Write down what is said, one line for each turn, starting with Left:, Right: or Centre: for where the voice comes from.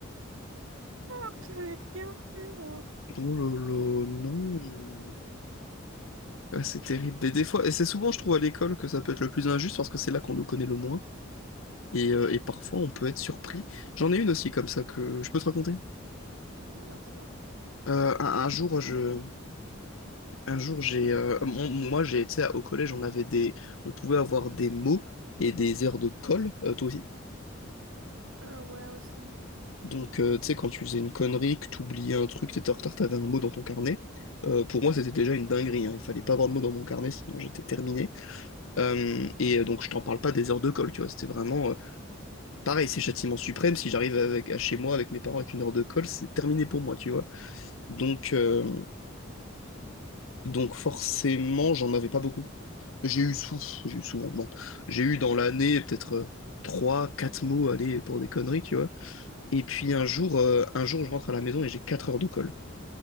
Right: <laughs> Alors que j'avais rien fait, genre.
Left: Oh là là, non. Ah, c'est terrible. Mais des fois, et c'est souvent, je trouve, à l'école que ça peut être le plus injuste parce que c'est là qu'on nous connaît le moins. Et, euh, et parfois, on peut être surpris. J'en ai une aussi comme ça que je peux te raconter.
Right: Oui, bien sûr.
Left: Euh, un, un jour, je, un jour, j'ai, euh, mon- moi, j'ai, tu sais, au collège, on avait des, on pouvait avoir des mots et des heures de colle. Euh, toi aussi?
Right: Ah ouais, aussi.
Left: Donc, euh, tu sais, quand tu faisais une connerie, que tu oubliais un truc, t'étais en retard, t'avais un mot dans ton carnet. Euh, pour moi, c'était déjà une dinguerie. hein. Il fallait pas avoir de mot dans mon carnet, sinon j'étais terminé. Euh, et euh, donc, je t'en parle pas des heures de colle, tu vois. C'était vraiment euh, pareil, c'est châtiment suprême. Si j'arrive avec à chez moi avec mes parents avec une heure de colle, c'est terminé pour moi, tu vois. Donc, euh, donc forcément, j'en avais pas beaucoup. J'ai eu sou- j'ai eu souvent, bon, j'ai eu dans l'année peut-être euh, trois, quatre mots, allez, pour des conneries, tu vois. Et puis un jour, euh, un jour, je rentre à la maison et j'ai quatre heures de colle.